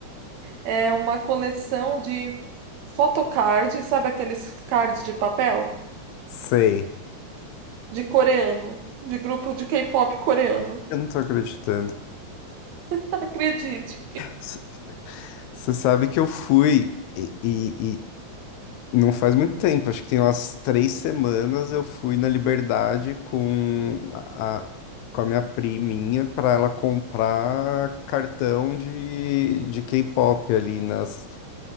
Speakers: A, on the right (about 75°); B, on the left (about 80°).
A: É uma coleção de photocard, sabe aqueles cards de papel?
B: Sei.
A: De coreano, de grupo de K-pop coreano.
B: Eu não tô acreditando.
A: <laughs> Acredite.
B: C- Você sabe que eu fui e, e- e não faz muito tempo, acho que tem umas três semanas, eu fui na Liberdade com a, com a minha priminha pra ela comprar cartão de, de K-pop ali nas.